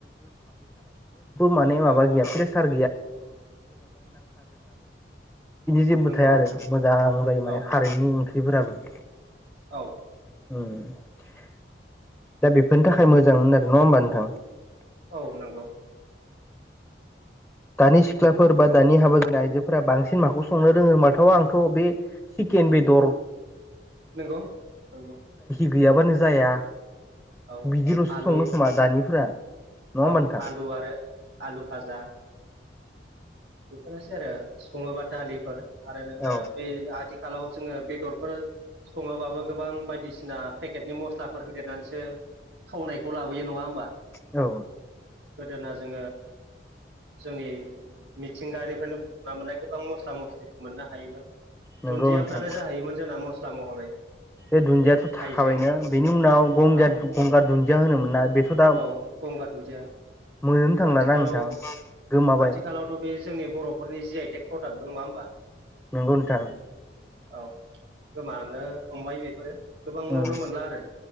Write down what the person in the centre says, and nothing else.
माने माबा
गैया प्रेसार जेबो
थाया आरो मोजां जायो माने
ओ
दानि सिख्लाफोर बा दानि हाबा जानाय आइजोफोरा बांसिन माखौ संनो रोङो होनबाथ' माथावा आंथ' बे चकेन बेदर
गैया बानो जाया
बिदि लसो
सङो खोया दानिफ्रा नङा होनबा
नोंथां
औ
औ
नंगौ
नोंथां
बे दुनिया थाखाबायनो
बिनि उनाव गंगार
होनोमोन ना बेथ दा
मोनोनो थांलाना
नोंथां गोमाबाय
नंगौ नोंथां
उम